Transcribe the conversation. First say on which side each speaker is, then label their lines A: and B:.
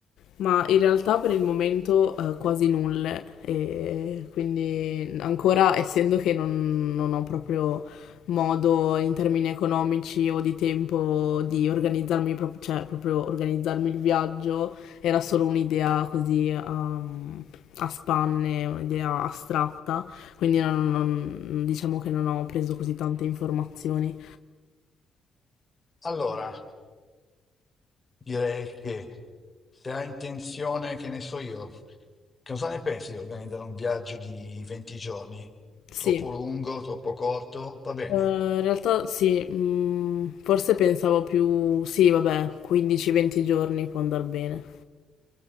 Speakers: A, on the left (about 80°); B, on the left (about 25°).
A: Ma in realtà per il momento eh, quasi nulle, e quindi ancora essendo che non, non ho proprio modo in termini economici o di tempo di organizzarmi, prop- cioè proprio organizzarmi il viaggio, era solo un'idea così um, a spanne, un'idea astratta, quindi non- non- diciamo che non ho preso così tante informazioni.
B: Allora, direi che se hai intenzione, che ne so io, che cosa ne pensi di organizzare un viaggio di 20 giorni?
A: Sì.
B: Troppo lungo, troppo corto? Va bene.
A: Eh, in realtà sì, mm, forse pensavo più, sì, vabbè, 15-20 giorni può andare bene.